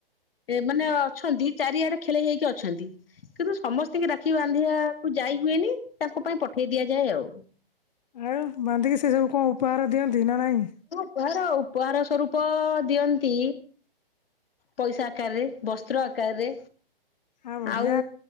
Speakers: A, on the left; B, on the left.
A: ଏ ମାନେ ଅଛନ୍ତି ଚାରିଆଡେ ଖେଳେଇ ହେଇକି ଅଛନ୍ତି। କିନ୍ତୁ ସମସ୍ତଙ୍କୁ ରାକ୍ଷୀ ବାନ୍ଧିବାକୁ ଯାଇ ହୁଏନି ତାଙ୍କ ପାଇଁ ପଠେଇ ଦିଆଯାଏ ଆଉ।
B: ଆଉ ବାନ୍ଧିକି ସେ ସବୁ କଣ ଉପହାର ଦିଅନ୍ତି ନା ନାଇଁ?
A: ପହାର ଉପହାର ସ୍ୱରୂପ ଦିଅନ୍ତି ପଇସା ଆକାରରେ ବସ୍ତ୍ର ଆକାରରେ
B: ଆ ବଢିଆ
A: ଆଉ